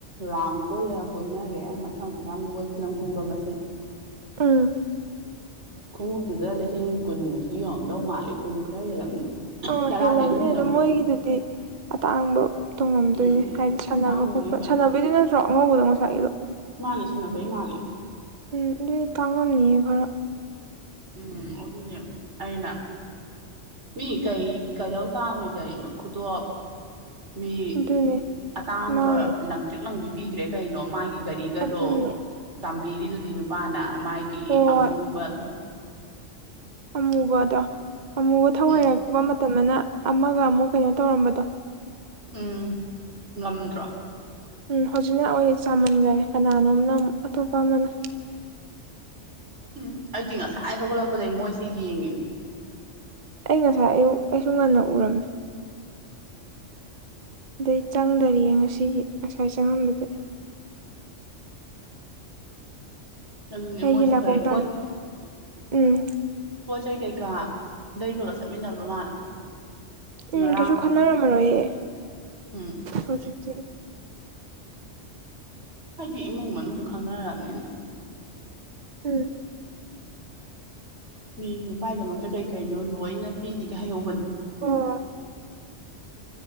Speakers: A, on the right; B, on the right.
A: ꯔꯥꯎꯟ ꯀꯣꯏꯔ ꯀꯣꯏꯅꯔꯦ ꯃꯊꯪ ꯃꯊꯪ ꯃꯣꯏ ꯐꯤꯂꯝ ꯀꯨꯝꯕ ꯃꯁꯦꯟ
B: ꯑꯝ
A: ꯈꯣꯡꯎꯞꯇꯨꯗ ꯂꯤꯁꯤꯡ ꯀꯨꯟꯃꯨꯛꯇꯤ ꯌꯧꯝꯗꯧ ꯃꯥꯜꯂꯦ ꯀꯨꯟ ꯈꯔ ꯍꯦꯜꯂꯝꯅꯤ
B: ꯑ
A: ꯇꯔꯥꯗꯤ
B: ꯍꯂ ꯑꯃꯅꯤꯅꯦ
A: ꯑꯗꯨꯝ ꯍꯦꯜꯂꯝꯃꯅꯤ
B: ꯑꯗꯨ ꯃꯔꯒꯗꯨꯗꯤ ꯑꯇꯥꯡꯕ ꯇꯣꯡꯉꯝꯗꯣꯏꯅꯦ
A: ꯎꯝ
B: ꯍꯥꯏꯗꯤ ꯁꯥꯟꯅꯕ
A: ꯑꯇꯥꯡꯕꯅꯤ
B: ꯈꯣꯠꯄ
A: ꯀꯩꯅꯣ
B: ꯁꯥꯟꯅꯕꯩꯗꯨ ꯅꯠꯇ꯭ꯔꯣ ꯑꯉꯧꯕꯗꯣ ꯉꯁꯥꯏꯒꯤꯗꯣ
A: ꯃꯥꯜꯂꯦ ꯁꯥꯟꯅꯕꯩ ꯃꯥꯜꯂ
B: ꯎꯝ ꯑꯗꯨꯗꯤ ꯇꯥꯡꯉꯝꯅꯤꯌꯦ ꯈꯔ
A: ꯎꯝ ꯑꯣꯗꯅꯦ ꯑꯏꯩꯅ ꯃꯤ ꯀꯩ ꯀꯩꯗꯧ ꯇꯥꯡꯉꯣꯏꯗꯣꯔꯤꯅꯣ ꯈꯨꯗꯣꯞ ꯃꯤ
B: ꯑꯗꯨꯅꯦ
A: ꯑꯇꯥꯡꯕ
B: ꯃꯥꯅꯦ
A: ꯂꯝ ꯄꯤꯛ ꯂꯪꯕꯤ ꯄꯈ꯭ꯔꯦ ꯀꯩꯅꯣ ꯃꯥꯒꯤ ꯒꯥꯔꯤꯒꯗꯣ
B: ꯑꯗꯨꯅꯦ
A: ꯆꯥꯝꯕꯤꯔꯤꯗꯨꯗꯤ ꯅꯨꯄꯥꯅ ꯃꯥꯒꯤ
B: ꯍꯣꯏ
A: ꯀ ꯑꯃꯨꯕꯗꯣ
B: ꯑꯃꯨꯕꯗꯣ ꯑꯃꯨꯕ ꯊꯧ
A: ꯎꯝ
B: ꯍꯩꯔꯛꯄ ꯃꯇꯝꯗꯅ ꯑꯃꯒ ꯑꯃꯨꯛ ꯀꯩꯅꯣ ꯇꯧꯔꯝꯕꯗꯣ
A: ꯎꯝ ꯉꯝꯗ꯭ꯔꯣ
B: ꯎꯝ ꯍꯧꯖꯤꯛꯅ ꯑꯩ ꯆꯥꯃꯟꯈꯔꯦ ꯀꯅꯥꯅꯣꯝꯅ ꯑꯃꯛ ꯑꯇꯣꯞꯄ ꯑꯃꯅ
A: ꯎꯝ ꯑꯩꯗꯤ ꯉꯁꯥꯏ ꯍꯧꯒꯠꯂꯛꯄꯗꯒꯤ ꯃꯣꯏꯁꯦ ꯌꯦꯡꯉꯤꯅꯦ
B: ꯑꯩ ꯉꯁꯥꯏ ꯑꯌꯨꯛ ꯑꯩꯁꯨ ꯉꯟꯅ ꯎꯔꯝꯃꯦ ꯑꯗꯩ ꯆꯪꯗꯔꯤꯌꯦ ꯉꯁꯤꯒꯤ ꯉꯁꯥꯏ ꯆꯪꯉꯝꯕꯗ
A: ꯑꯗꯨꯅꯦ
B: ꯑꯩꯒꯤ
A: ꯃꯣꯏꯁꯨ
B: ꯅꯥꯀꯣꯡ
A: ꯀꯩ
B: ꯇꯥꯟ
A: ꯄꯣꯠ
B: ꯎꯝ
A: ꯄꯣꯠ ꯆꯩ ꯀꯩꯀꯥ ꯂꯩꯕꯒ ꯆꯠꯃꯤꯟꯅꯕ ꯃꯥꯜꯂꯦ ꯉꯔꯥꯡ
B: ꯎꯝ ꯀꯩꯁꯨ ꯈꯟꯅꯔꯝꯃꯔꯣꯏꯌꯦ
A: ꯎꯝ
B: ꯍꯧꯖꯤꯛꯇꯤ
A: ꯍꯥꯏꯗꯤ ꯏꯃꯨꯡ ꯃꯅꯨꯡꯗꯨ ꯈꯪꯅꯔꯕꯅꯤꯅ
B: ꯎꯝ
A: ꯃꯤ ꯅꯨꯄꯥꯥꯏꯗꯃꯛꯇ ꯀꯩ ꯀꯩꯅꯣ ꯂꯣꯏꯅ ꯄꯤꯔꯤꯒ ꯍꯥꯏꯍꯧꯕꯅꯤ
B: ꯑꯣ